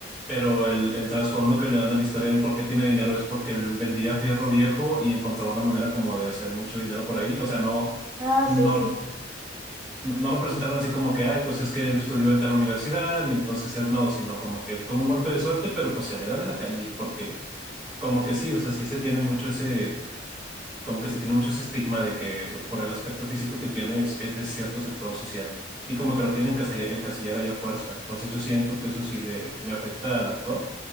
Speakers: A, in the centre; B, on the right.
A: pero el, el trasfondo que le dan a la historia del por qué tiene dinero es porque él vendía fierro viejo y encontró una manera como de hacer mucho dinero por ahí, o sea, no.
B: Ah,
A: No,
B: sí, sí.
A: no, no lo presentaron así como que, ay, pues es que él estudió en tal universidad y entonces es no, sino como que tuvo un golpe de suerte, pero pues él era de la calle, porque como que sí, o sea, sí se tiene mucho ese, como que se tiene mucho ese estigma de que por el aspecto físico que tiene es, es de cierto sector social y como que lo quieren encasillar, encasillar ahí a fuerza. Entonces yo siento que eso sí le, le afecta al actor.